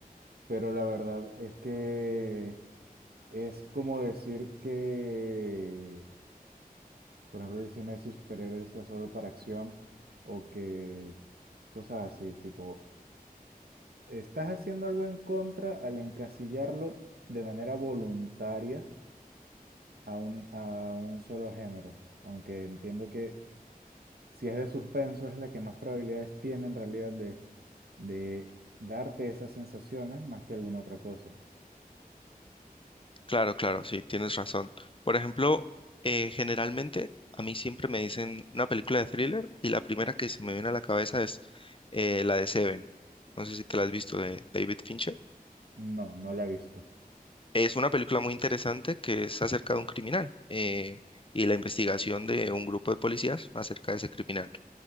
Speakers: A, on the right; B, on the left.
A: pero la verdad es que es como decir que, por ejemplo, el cine de superhéroes sea solo para acción o que cosas así, tipo, estás haciendo algo en contra al encasillarlo de manera voluntaria a un, a un solo género, aunque entiendo que si es de suspenso es la que más probabilidades tiene en realidad de, de darte esas sensaciones más que alguna otra cosa.
B: Claro, claro, sí, tienes razón. Por ejemplo, eh, generalmente a mí siempre me dicen una película de thriller y la primera que se me viene a la cabeza es eh, la de Seven. No sé si te la has visto de David Fincher.
A: No, no la he visto.
B: Es una película muy interesante que es acerca de un criminal eh, y la investigación de un grupo de policías acerca de ese criminal.